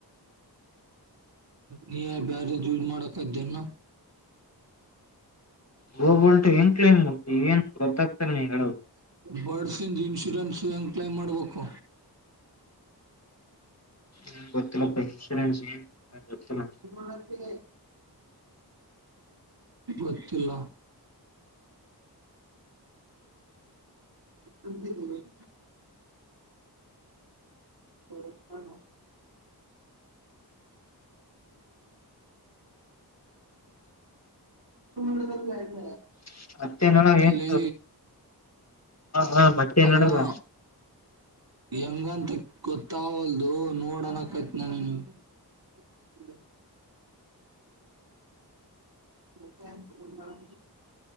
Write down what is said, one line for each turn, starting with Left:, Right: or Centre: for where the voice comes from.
Right: ನೀಯ ಬ್ಯಾರ ಯೂಸ್ ಮಾಡಕ್ದನ <inaudible>
Left: ಗೋಬಲ್ಟು ಏನ್ ಕ್ಲೇಮು. ಈಗೇನ್ ಗೊತ್ತಾಗ. ಕ ನಿಂಗ ಹೇಳದು.
Right: ಬರ್ಡ್ಸಿಂದ್ ಇನ್ಶೂರೆನ್ಸ್ ಹೆಂಗೆ ಕ್ಲೈಮ್ ಮಾಡಬೇಕು.
Left: ನನಗ ಗೊತ್ತಿಲ್ಲಪ್ಪ ಇನ್ಸೂರೆನ್ಸ್ ಏನ್. ಗೊತ್ತಿಲ್ಲ
Right: ಎನ್ ಮಾಡತ್ತಿ. ಗೊತ್ತಿಲ್ಲಾ. <inaudible> ಆ್ ನಮ್ ನ ರ್ ಆಯ್ <inaudible>
Left: ಹ <unintelligible> ಏನ್
Right: ಅಲೆ
Left: ಹಾ ಮತ್ತೇನಡದ
Right: ಅಲ್ಲಾ ಹೆಂಗಂತ. ಗೊತ್ತಾಗಲ್ದು ನೋಡಅಣ್ಣಕತ್ನಿ ನೀನ. ಹ <inaudible> ಮತ್ತ <inaudible>